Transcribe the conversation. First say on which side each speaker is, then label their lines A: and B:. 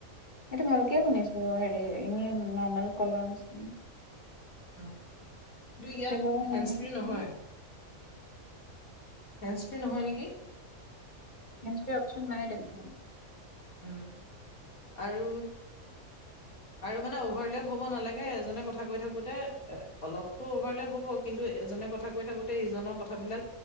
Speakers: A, on the left (about 35°); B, on the left (about 85°).
A: এইটো ভালকে শুনিছো, হেৰি এনেই নৰ্মেল কলৰ নিচি
B: কিন্তু ইয়াত
A: কৰিব নোৱাৰি
B: হেণ্ডস্প্ৰী
A: নেকি?
B: নহয়। হেণ্ডস্প্ৰী নহয় নেকি?
A: হেণ্ডস্প্ৰী অপচন নাই দেখো।
B: উম আৰু আৰু মানে অভাৰলেপ হ'ব নালাগে, এজনে কথা কৈ থাকোতে এ অলপতো অভাৰলেপ হ'ব কিন্তু এজনে কথা কৈ থাকোতে ইজনৰ কথাবিলাক